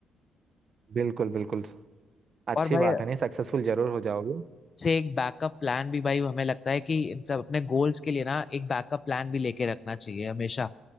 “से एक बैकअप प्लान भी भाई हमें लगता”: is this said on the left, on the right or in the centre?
Left